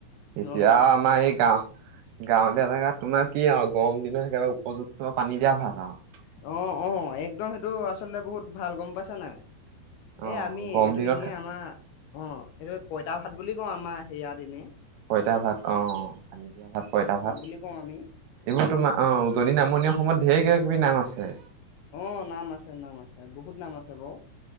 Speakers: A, on the right; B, on the left.
A: এতিয়া
B: অ অ
A: আমাৰ এই গাওঁ গাঁৱলীয়া জেগাত তোমাৰ কি আৰু গৰম দিনত একেবাৰে উপযুক্ত পানী দিয়া ভাত আৰু
B: অ' অ' একদম সেইটো আচলতে বহুত ভাল গম পাইছা নাই
A: অ
B: এ আমি
A: গৰম
B: এইটো
A: দিনত
B: এনেই আমাৰ অ' এইটো পইতা ভাত বুলি কওঁ আমাৰ সেয়াত এনেই
A: পঁইতা ভাত অ পানি দিয়া ভাত পঁইতা ভাত
B: বুলি কওঁ আমি।
A: এইবোৰ তোমাৰ অ' উজনি নামনিৰ অসময়ত ঢেৰ কিবা কিবি নাম আছে
B: আহ নাম আছে নাম আছে বহুত নাম আছে বও